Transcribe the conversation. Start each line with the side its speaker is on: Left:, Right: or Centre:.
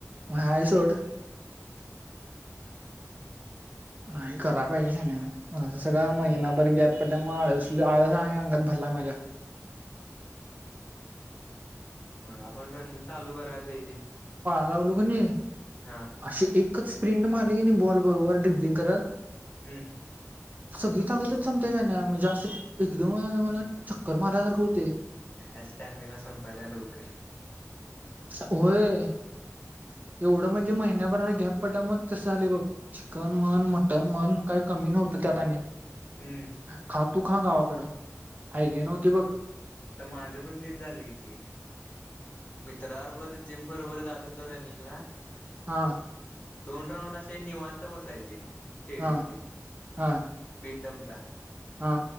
Right: म हाय सोड नाही करा पाहिजे शान्या माझं सगळा
Left: हम्म
Right: महिनाभर गॅप पड्या मुळं आळस आणि अंगात भरलाय माझ्या
Left: मला पण रनिंग चालू करायला पाहिजे
Right: लावलो कने
Left: हा
Right: अशी एकच स्प्रिंट मारली की नाही बॉल बरोबर ड्रिबलिंग करत
Left: ह.
Right: सगळी ताकदच संपत्या शाण्या म्हणजे असं एकदम मला अ चक्कर मारल्यासारखं हुतंय
Left: हे स्टॅमिना संपायलाय लवकर.
Right: होय. एवढं म्हणजे महिन्याभराला गॅप पडल्या मुळं तसं झाले बघ. चिकन म्हण, मटन म्हण काय कमी नव्हतं त्यात आणि
Left: हम्म
Right: खातू खा गावाकडं. हाय गय नव्हती बघ.
Left: त माझं पण तेच झालंय की मित्राबरबर जिम बरोबर जात हुतो रनिंगला
Right: हा.
Left: दोन राऊंड असे निवांत बसायचे स्टेडियमचे.
Right: हा हा
Left: बिंदम
Right: हा.